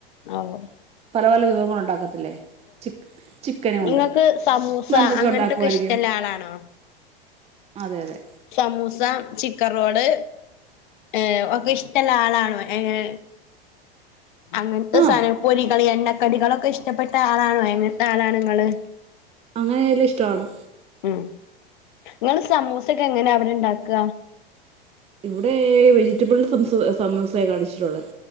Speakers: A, on the left; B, on the right.
A: ആവോ
B: പല പല വിഭങ്ങൾ ഉണ്ടാക്കത്തില്ലേ ചി ചിക്കന കൊണ്ട്
A: നിങ്ങൾക്ക്
B: നമ്മൾ
A: സമൂസ
B: എന്തൊക്കെ
A: അങ്ങനത്തൊക്കെ
B: ഉണ്ടാക്കുവായിരിക്കും
A: ഇഷ്ടള്ള ആളാണോ
B: അതെ അതെ
A: സമൂസ ചിക്കൻ റോള് ഏയ് ഒക്കെ ഇഷ്ടമുള്ള ആളാണോ ഏയ് അങ്ങനത്തെ
B: ആ
A: സന പൊരികൾ എണ്ണക്കടികളൊക്കെ ഇഷ്ടപ്പെട്ട ആളാണോ എങ്ങനത്തെ ആളാണ് ങ്ങള്
B: അങ്ങനെല്ലാം ഇഷ്ട ആടാ
A: ഉം ഇങ്ങൾ സമൂസ ഒക്കെ എങ്ങനെ അവിടെ ഇണ്ടാക്ക?
B: ഇവിടെ വെജിറ്റബിൾ സമോസമൂസെ കാണിച്ചിട്ടുള്ളത്